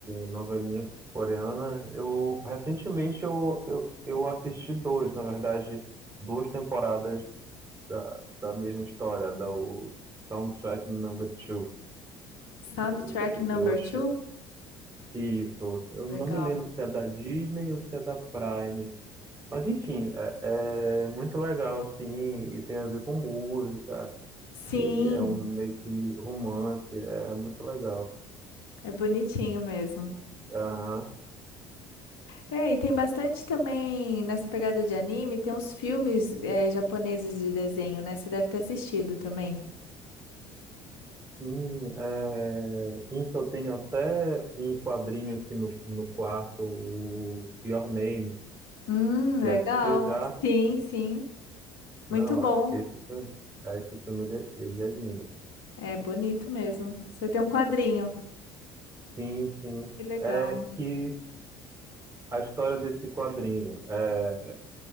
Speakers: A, on the right; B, on the left.
A: novelinha coreana. Eu recentemente eu, eu, eu assisti dois, na verdade, duas temporadas da, da mesma história, da o Soundtrack Number Two.
B: Soundtrack
A: E
B: number
A: eu achei,
B: two?
A: Isso. Eu
B: Legal.
A: não me lembro se é da Disney ou se é da Prime. Mas enfim, é, é muito legal assim, e tem a ver com música,
B: Sim,
A: e é um meio que romance, é muito legal.
B: é bonitinho mesmo.
A: Aham.
B: É, e tem bastante também nessa pegada de anime, tem uns filmes é, japoneses de desenho, né? Você deve ter assistido também.
A: Sim, é, um que eu tenho até um quadrinho aqui no, no quarto, o Your Name.
B: Hum, legal.
A: Você assistiu já?
B: Sim, sim.
A: Não,
B: Muito bom.
A: é- esse filme, é, esse filme ele, é ele é lindo. cara.
B: É bonito mesmo. Você tem um quadrinho.
A: Sim, sim.
B: Que legal.
A: É que a história desse quadrinho. é,